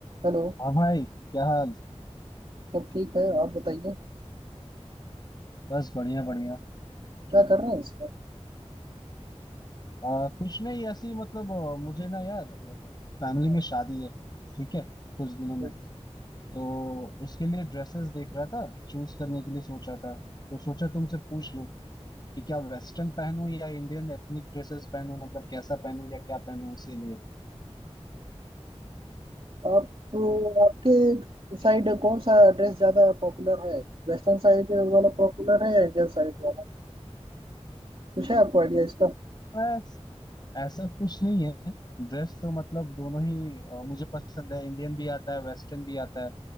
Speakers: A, on the right (about 55°); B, on the left (about 40°).
A: हेलो
B: हाँ भाई क्या हाल
A: सब ठीक है आप बताइए
B: बस बढ़िया बढ़िया
A: क्या कर रहे हैं इस वक्त
B: आ, कुछ नहीं ऐसे ही मतलब अ, मुझे ना यार फैमिली
A: हाँ,
B: में शादी है ठीक है कुछ दिनों में
A: ठीक।
B: तो उसके लिए ड्रेसेस देख रहा था चूज करने के लिए सोच रहा था तो सोचा तुमसे पूछ लूं कि क्या वेस्टर्न पहनूं या इंडियन एथनिक ड्रेसेस पहनूं मतलब कैसा पहनूं या क्या पहनूं इसीलिए
A: आप तो आपके साइड कौन सा ड्रेस ज्यादा पॉपुलर है वेस्टर्न साइड वाला पॉपुलर है या इंडियन साइड वाला कुछ है आपको आइडिया इसका
B: बस ऐसा कुछ नहीं है ड्रेस तो मतलब दोनों ही अ, मुझे पसंद है इंडियन भी आता है वेस्टर्न भी आता है